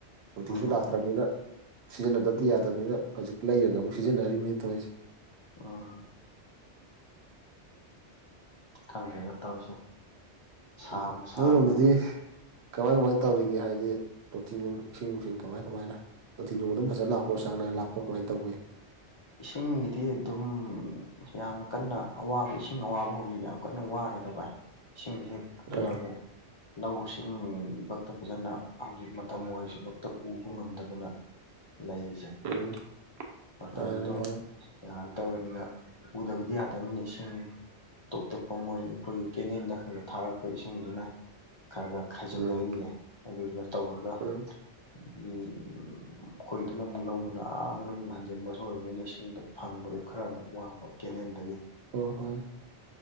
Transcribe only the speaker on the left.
ꯎꯝ
ꯑ ꯈꯪꯗ꯭ꯔꯦꯗ ꯇꯧꯔꯤꯁꯦ ꯁꯥꯕꯅ
ꯁꯥꯕꯅꯦ
ꯏꯁꯤꯡꯒꯤꯗꯤ ꯑꯗꯨꯝ ꯌꯥꯝꯅ ꯀꯟꯅ ꯑꯋꯥꯕ ꯏꯁꯤꯡ ꯑꯋꯥꯕ ꯍꯧꯔꯤ ꯌꯥꯝ ꯀꯟꯅ ꯋꯥꯔꯤꯗ ꯚꯥꯏ ꯏꯁꯤꯡꯖꯤꯛ ꯑꯗꯨꯅꯕꯨ
ꯂꯧꯁꯤꯡ ꯕꯛꯇ ꯐꯖꯅ ꯍꯧꯖꯤꯛ ꯃꯇꯝ ꯑꯣꯏꯔꯁꯤ ꯕꯧꯇ ꯎꯕ ꯉꯝꯗꯗꯅ ꯂꯩꯔꯤꯁꯦ
ꯇꯝꯗꯣ
ꯌꯥꯔꯛꯇꯕꯅꯤꯅ ꯎꯗꯕꯗꯤ ꯌꯥꯗꯝꯃꯤꯅ ꯏꯁꯤꯡ ꯇꯣꯞ ꯇꯣꯞꯄ ꯃꯣꯏ ꯈꯣꯏꯒꯤ ꯀꯦꯅꯦꯟꯗ ꯈꯔꯒ ꯊꯥꯔꯛꯄ ꯏꯁꯤꯡꯖꯤꯅ ꯈꯔ ꯒ ꯈꯥꯏꯖꯤꯟꯅꯔꯤꯌꯦ
ꯑꯗꯨꯗꯨꯅ ꯇꯧꯔꯒ <unintelligible>
ꯈꯣꯏꯗꯨꯅ ꯑꯃꯨꯛ ꯂꯧ ꯗꯨꯅꯥ ꯑꯥ ꯃꯅꯨꯡ ꯍꯟꯖꯟꯕ ꯑ‌ꯣꯕꯅꯤꯅ ꯏꯁꯤꯡꯗ‌ꯣ ꯐꯪꯕꯗꯨ ꯈꯔ ꯑꯃꯨꯛ ꯋꯥꯕ ꯀꯦꯅꯦꯟꯗꯒꯤ